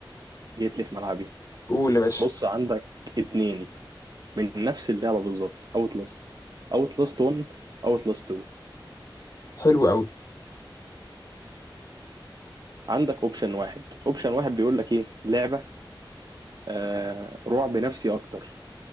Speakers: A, on the right; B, on the left.
A: جيت لي في ملعبي
B: قول يا باشا
A: بص عندك اتنين من نفس اللعبه بالظبط اوت لاست اوت لاست 1 اوت لاست 2
B: حلو قوي
A: عندك اوبشن واحد اوبشن واحد بيقول لك ايه لعبه آه رعب نفسي اكتر